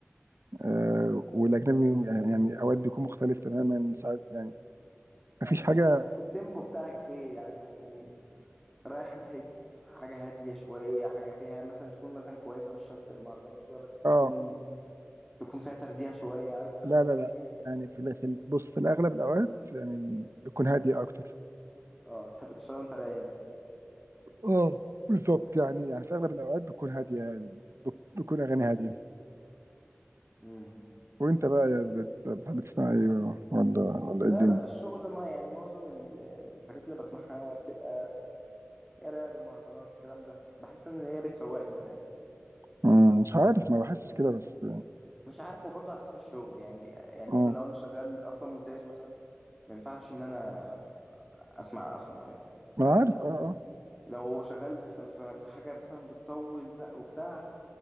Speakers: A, on the right; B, in the centre.
A: آه والاجنبي يعني اوقات بيكون مختلف تماما ساعات يعني
B: يعني
A: مفيش
B: التيم...
A: حاجه
B: التيمبو بتاعك ايه يعني رايح ناحيه حاجه هاديه شويه حاجه فيها مثلا تكون مثلا كويسه مش شرط مهرجانات وكده بس تكون
A: اه
B: تكون فيها ترزيع شويه عارف انت
A: لا
B: الاغاني
A: لا
B: اللي
A: لا
B: هي
A: يعني في ال- في ال- بص في الاغلب الاوقات يعني بتكون هاديه اكتر
B: اه تحب تشتغل وانت رايق
A: اه بالظبط يعني يعني في اغلب الاوقات بتكون هاديه يعني بت- بتكون اغاني هاديه
B: انت
A: وانت بقى يا بت- بتحب تسمع ايه بقى؟ ولا ولا
B: لا
A: إيه الدنيا
B: انا في الشغل ما يعني معظم ال- الحاجات اللي بسمعها بتبقى يا راب يا مهرجانات الكلام ده بحس ان هي بتفوقني فاهم
A: مم، مش عارف ما بحسش كده بس
B: مش عارف هو برضه على حسب الشغل يعني يعني
A: اه
B: مثلا لو انا شغال اصلا مونتاج مثلا ما ينفعش ان انا اسمع اصلا اغاني
A: ما
B: فاهم
A: أنا عارف اه اه
B: لو شغال في, في, في حاجه مثلا بتطول بقى وبتاع